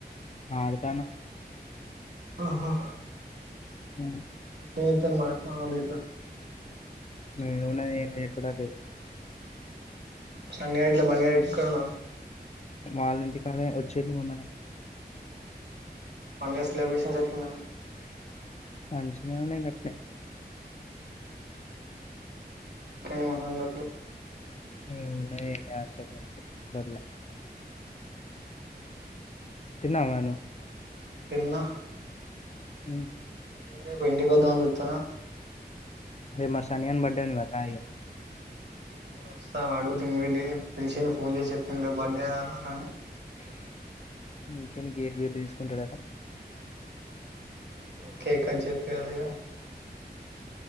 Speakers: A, on the left (about 40°); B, on the right (about 80°).
A: ఆడుతానా
B: ఆహా
A: ఉం
B: ఎం చెత్తరు మరిష్ మనళ్లు గిట్లా
A: ఎం ఉన్నది ఏం చేసుడు అదే
B: సన్నీ గాదు గిట్లా బన్నీ ఎక్కన్నారు
A: వాళ్ల ఇంటికన్నె వచ్చేళ్లు మొన్ననే
B: పండగ సెలబ్రేషన్స్ ఎట్లున్నాయి మరి
A: మంచిగానే ఉన్నాయ్ గట్నే
B: ఇంకేంటి మరి సంగతులు
A: ఎం ఉన్నయి ఎం లే అంత గంతే ర్ల
B: ఉహు
A: తిన్నావా మరి నువ్
B: తిన్న
A: ఉం
B: రేపు యింటి కొద్దామని చూత్తన
A: రేపు మ సన్నీ గాని బడ్డే ఉంది మరి రాఇగ
B: అదే వస్తా వాడు గుత ఇన్వైట్ పిలిచిండు ఫోన్ చేసి చెప్పిండు రేపు బర్త్డే రా రా అని <inaudible>
A: ఇంకెందుకిగా బీర్ తీసుకుంటాడట
B: అదే కేక్ కట్ చెప్పియలాగా